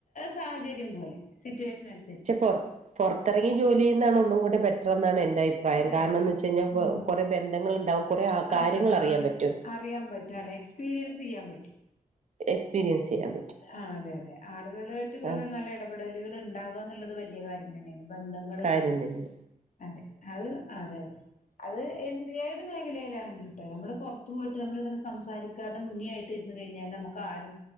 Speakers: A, on the left; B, on the right.
A: സാഹചര്യം പോലെ, സിറ്റുവേഷൻ അനുസ
B: ക്ഷെ പൊർ പൊർത്തിറങ്ങി ജോലി ചെയ്യുന്നതാണ് ഒന്നും കൂടെ ബെറ്റർ എന്നാണ് എന്റെ അയിപ്രാ യം.
A: അതെ
B: കാരണം
A: അതെ
B: എന്ന്
A: അതെ
B: വെച്ച് കഴിഞ്ഞാ പ്പൊ
A: ഉം
B: കൊറെ ബന്ധങ്ങൾ ഉണ്ടാവും. കുറെ കാര്യങ്ങൾ
A: അതെ അതെ
B: അറിയാൻ
A: ആള്
B: പറ്റും
A: അറിയാൻ പറ്റും, അല്ലെ? എക്സ്പീരിയൻസ് ചെയ്യാൻ പറ്റും.
B: എസ്. എസ്പീരിയൻസ്സിയ്യാം.
A: ആഹ് അതെ അതെ, ആളുകളുയിട്ട് കൊറെ
B: ആ
A: നല്ല ഇടപെടലുകൾ ഉണ്ടാവാ ന്നുള്ളത് വലിയ കാര്യം തന്നെണ്. ബന്ധങ്ങൾ
B: കാര്യം
A: ണ്ടാവാ.
B: തന്നെ
A: അതെ <unintelligible> അതെ അത് എന്ത് ഏത് മേഖലയിലാണെങ്കിലും നമ്മള് പുറത്ത് പോയിട്ട് നമ്മളിങ്ങനെ സംസാരിക്കാതെ മുനിയായിട്ട് ഇരുന്നു കഴിഞ്ഞാൽ നമുക്ക് ആരും